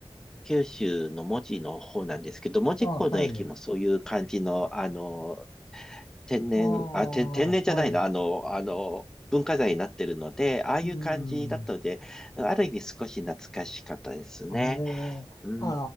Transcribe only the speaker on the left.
あ、はい。
ああ、
はい。
うん。
あ、ええあ